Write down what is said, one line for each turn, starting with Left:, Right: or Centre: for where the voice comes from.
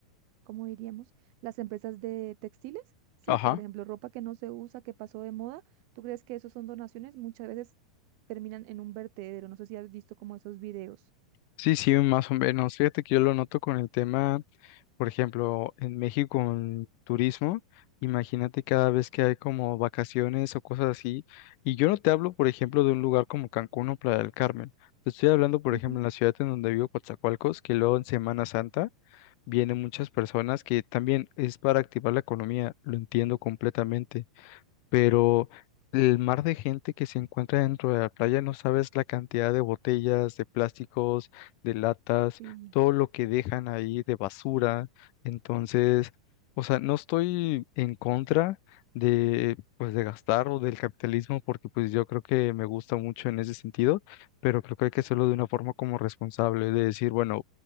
Right: ¿cómo diríamos? Las empresas de textiles, sí,
Left: Ajá.
Right: que por ejemplo, ropa que no se usa, que pasó de moda, ¿tú crees que eso son donaciones? Muchas veces terminan en un vertedero. No sé si has visto como esos videos.
Left: Sí, sí, más o menos. Fíjate que yo lo noto con el tema. Por ejemplo, en México en turismo, imagínate cada vez que hay como vacaciones o cosas así, y yo no te hablo, por ejemplo, de un lugar como Cancún o Playa del Carmen, te estoy hablando, por
Right: Ujú.
Left: ejemplo, en la ciudad en donde vivo, Coatzacoalcos, que luego en Semana Santa vienen muchas personas que también es para activar la economía, lo entiendo completamente, pero el mar de gente que se encuentra dentro de la playa, no sabes la cantidad de botellas, de plásticos, de latas,
Right: Sí,
Left: todo lo que dejan ahí de basura. Entonces, o sea, no estoy en contra de pues de gastar o del capitalismo porque pues yo creo que me gusta mucho en ese sentido, pero creo que hay que hacerlo de una forma como responsable, de decir, bueno,